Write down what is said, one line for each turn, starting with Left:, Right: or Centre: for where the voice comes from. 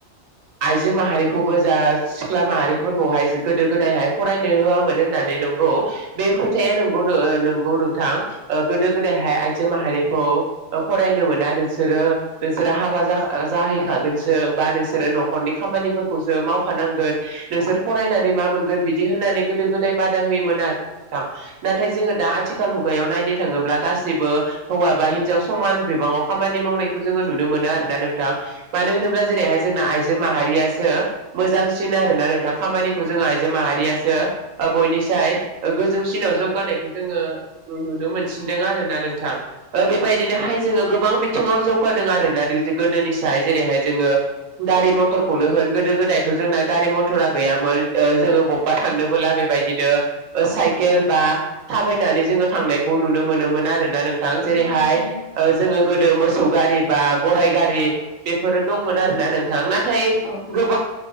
Right: आइजो माहारिखौबो जा सिख्ला माहारिफोरखौहाय गोदो गोदायहाय फरायनो होआ मोन होननानै नंगौ बे खोथाया नंगौ नोंथां गोदो गोदायहाय आइजो माहारिखौ फरायनो मोना नोंसोरो नोंसोरो हाबा जाहैखागोनसो बा नोंसोरो न'खरनि खामानिफोरखौसो मावखानांगोन नोंसोर फरायनानै मा मोनगोन बिदि होननानै गोदो गोदाय बादा होयोमोन आरो नाथाय जोङो दा आथिखाल मुगायाव नायनो थाङोब्ला गासिबो हौवा बा हिनजाव समान बिबाङाव खामानि मावनायखौ जोङो नुनो मोनो आरोना नोंथां मानो
Left: औ
Right: होनोब्ला जेरैहाय जोंना आइजो माहारियासो मोजां सिन आरोना नोंथां खामानिखौ जोङो आइजो माहारियासो बयनिसाय गोजौसिनाव जौगानायखौ जोङो नुनो मोनसिनदों आरोना नोंथां बेबायदिनोहाय
Left: औ
Right: जोङो गोबां बिथिङाव जौगादों आरोना गोदोनिसाय जेरैहाय जोङो गारि मटरखौनो होन गोदो गोदायथ' जोंना गारि मथरा गैयामोन जोङो बबेबा थांनो बेबायदिनो साइकेल बा थाबायनानै जोङो थांनायखौ नुनो मोनोमोन आरोना नोंथां जेरैहाय
Left: उम उम उम
Right: जोङो गोदो मोस मोसौ गारि बा गराय गारि बेफोरो दंमोन आरोना नोंथां नाथाय
Left: औ
Right: गोबां